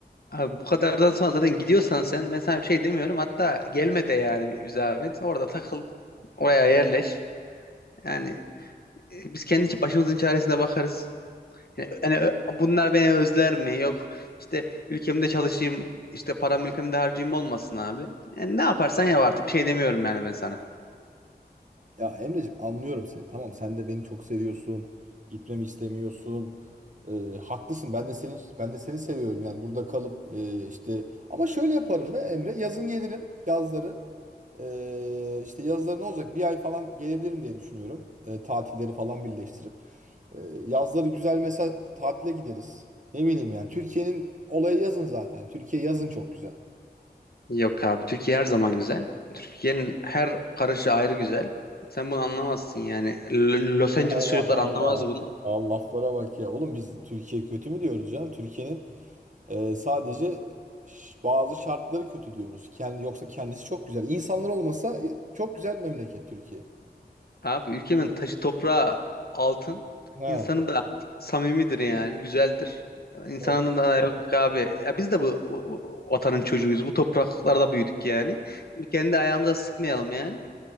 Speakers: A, on the left; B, on the right.
A: Abi bu kadardan sonra zaten gidiyorsan sen ben sana bir şey demiyorum. Hatta gelme de yani bir zahmet. Orada takıl. Oraya yerleş. Yani e, biz kendi başımızın çaresine bakarız. Yani, yani ö- bunlar beni özler mi? Yok işte ülkemde çalışayım işte param ülkemde harcayayım olmasın abi. Yani ne yaparsan yap artık bir şey demiyorum yani ben sana.
B: Ya Emreciğim anlıyorum seni. Tamam sen de beni çok seviyorsun. Gitmemi istemiyorsun. Ee, haklısın. Ben de seni ben de seni seviyorum. Yani burada kalıp e, işte ama şöyle yaparım be Emre. Yazın gelirim yazları. Ee, işte yazları ne olacak? Bir ay falan gelebilirim diye düşünüyorum. Ee, tatilleri falan birleştirip. Ee, yazları güzel mesela tatile gideriz. Ne bileyim yani. Türkiye'nin olayı yazın zaten. Türkiye yazın çok güzel.
A: Yok abi Türkiye her zaman güzel. Türkiye'nin her karışı ayrı güzel. Sen bunu anlamazsın yani. L- Los Angeles
B: Allah
A: çocuklar
B: Allah.
A: anlamaz bunu.
B: Allah laflara bak ya. Oğlum biz Türkiye kötü mü diyoruz canım? Türkiye'nin Ee, sadece ş- bazı şartları kötü diyoruz. Kendi yoksa kendisi çok güzel. İnsanlar olmasa e, çok güzel memleket Türkiye.
A: Abi ülkemin taşı toprağı altın.
B: Ha.
A: İnsanı da samimidir yani. Güzeldir. İnsanın
B: Evet.
A: da yok abi. Ya biz de bu, bu- bu vatanın çocuğuyuz. Bu topraklarda büyüdük yani. Kendi ayağımıza sıkmayalım yani.